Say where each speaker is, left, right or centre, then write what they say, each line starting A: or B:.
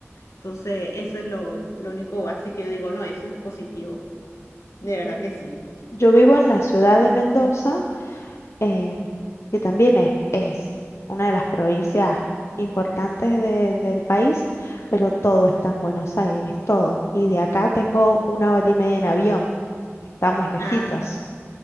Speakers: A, on the left (about 85°); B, on the left (about 65°).
A: Entonces, eso es lo, lo único así que yo digo, no, eso es positivo, de
B: Ujú.
A: verdad que sí.
B: Yo vivo en la ciudad de Mendoza em, que también es, es una de las provincias importantes de- del país, pero todo está en Buenos Aires, todo. Y de acá tengo una hora y media en avión. Estamos lejitos,
A: Ah,